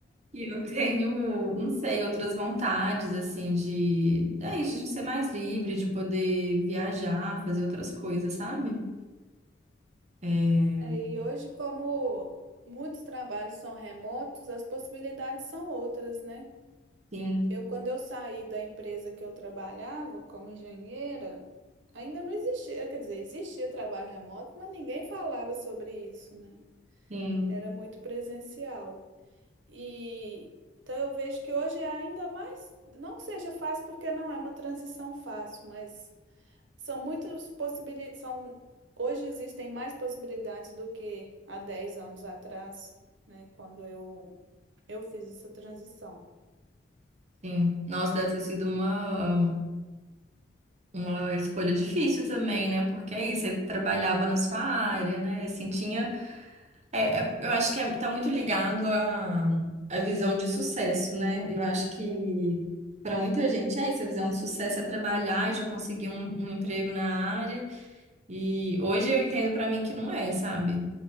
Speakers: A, on the right; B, on the right.
A: E eu tenho, não sei, outras vontades, assim, de, é isso, de ser mais livre, de poder viajar, fazer outras coisas, sabe? É,
B: É, E hoje, como muitos trabalhos são remotos, as possibilidades são outras, né?
A: Sim,
B: Eu, quando eu saí da empresa que eu trabalhava como engenheira, ainda não existia, quer dizer, existia trabalho remoto, mas ninguém falava sobre isso, né?
A: sim,
B: Era muito presencial. E então eu vejo que hoje é ainda mais, não que seja fácil, porque não é uma transição fácil, mas são muitas possibilidades, são hoje existem mais possibilidades do que há 10 anos atrás, né? Quando eu eu fiz essa transição.
A: sim. Nossa, deve ter sido uma. Uma escolha difícil também, né? Porque aí você trabalhava na sua área, né? Assim, tinha. é- é- eu acho que é, tá muito ligado à, à visão de sucesso, né? Eu acho que para muita gente é isso, a visão de sucesso é trabalhar e já conseguir um, um emprego na área. E hoje eu entendo para mim que não é, sabe?